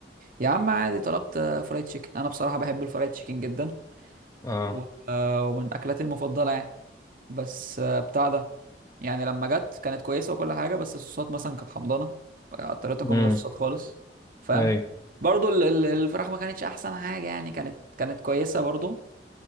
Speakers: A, on the right; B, on the left.
A: يا عم عادي طلبت فرايد تشيكن انا بصراحه بحب الفرايد تشيكن جدا
B: اه
A: و- آه، ومن اكلاتي المفضله يعني بس آه، بتاع ده يعني لما جت كانت كويسه وكل حاجه بس الصوصات مثلا كانت حمضانه اضطريت اكل
B: امم
A: من غير صوصات خالص فاهم
B: اي
A: برضو ال- ال- الفراخ ما كانتش احسن حاجه يعني كانت كانت كويسه برضو